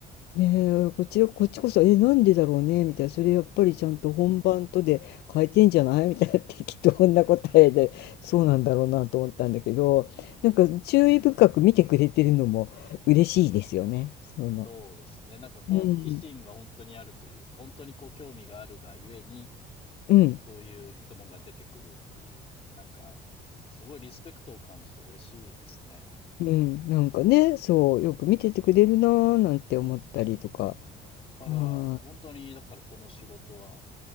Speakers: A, on the left; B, on the left.
A: ねえ、こちらこっちこそ、え、なんでだろうねみたいな、それやっぱりちゃんと本番とで変えてんじゃない？
B: うん。
A: みたいな <laughs> 適当な答えで、そうなんだろうなと思ったんだけど、
B: うん。
A: なんか注意深く見てくれてるのも嬉しいですよね、そういうの。
B: そうですね。なんか好奇心が本当にあるというか、
A: うん。
B: 本当にこう興味があるがゆえに
A: うん。
B: そういう質問が出てくるっていう、なんか、すごいリスペクトを感じて嬉しいですね。
A: うん。なんかね、そう、よく見ててくれるなーなんて思ったりとか。
B: だから、
A: は
B: 本当に、だからこの仕事は好